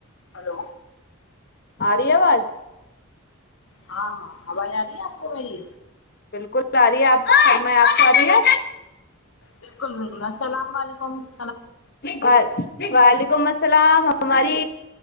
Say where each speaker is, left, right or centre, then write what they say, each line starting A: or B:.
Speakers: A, on the left (about 65°); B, on the left (about 45°).
A: ہلو
B: آ رہی آواز
A: ہاں ہاں ہواز آ رہی ہے آپ کو میری
B: بالکل آ رہی ہے آپ سم آپ سے آ رہی ہے
A: بالکل بالکل السلام علیکم کم
B: ب بال کو مسل ہماری